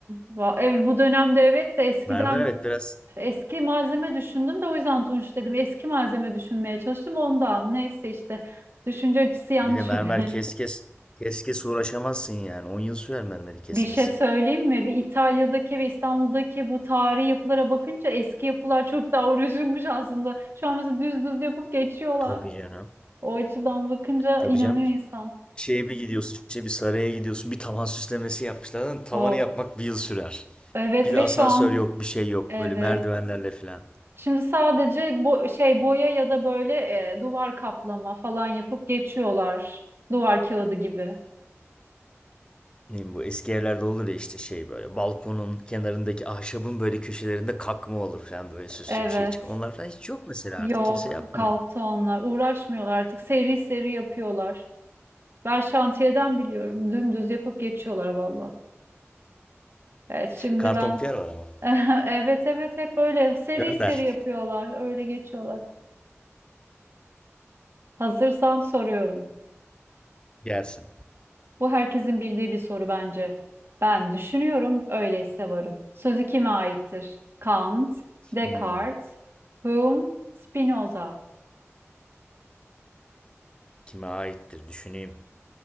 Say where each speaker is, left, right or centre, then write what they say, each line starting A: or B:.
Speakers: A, on the right (about 55°); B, on the left (about 20°).
A: va- ev, bu dönemde evet de eskiden
B: Mermer evet biraz.
A: eski malzeme düşündüm de o yüzden Tunç dedim. Eski malzeme düşünmeye çalıştım ondan. Neyse işte düşünce açısı yanlış
B: Bir de mermer
A: oluyor.
B: kes kes. Kes kes uğraşamazsın yani. on yıl sürer mermeri
A: <laughs>
B: kesmesi.
A: Bir şey söyleyeyim mi? Bir İtalya'daki ve İstanbul'daki bu tarihi yapılara bakınca eski yapılar çok daha uğraşılmış aslında. Şu an mesela düz düz yapıp geçiyorlar.
B: Tabii canım.
A: O açıdan bakınca
B: Tabii
A: inanıyor
B: canım.
A: insan.
B: şeye bir gidiyorsun işte bir saraya gidiyorsun bir tavan süslemesi yapmışlar. Lan Tavanı
A: Oh.
B: yapmak bir yıl sürer.
A: Evet
B: Bir
A: ve
B: de asansör
A: şu an
B: yok bir şey yok
A: evet.
B: böyle merdivenlerle filan.
A: Şimdi sadece bu şey boya ya da böyle e, duvar kaplama falan yapıp geçiyorlar. Duvar kağıdı gibi.
B: Ne bileyim bu eski evlerde olur ya işte şey böyle balkonun kenarındaki ahşabın böyle köşelerinde kakma olur falan böyle süslü
A: Evet.
B: bir şey çık. Onlar falan hiç yok mesela
A: Yok,
B: artık kimse yapmıyor.
A: kalktı onlar. Uğraşmıyorlar artık. Seri seri yapıyorlar. Ben şantiyeden biliyorum. Dümdüz yapıp geçiyorlar valla. Evet, şimdi
B: Kartonpiyer
A: ben
B: var ama.
A: <laughs> Evet evet hep böyle seri
B: Gönder.
A: seri yapıyorlar. Öyle geçiyorlar. Hazırsan soruyorum.
B: Gelsin.
A: Bu herkesin bildiği bir soru bence. Ben düşünüyorum, öyleyse varım. Sözü kime aittir? Kant, Descartes,
B: Hmm,
A: Hume, Spinoza.
B: kime aittir düşüneyim.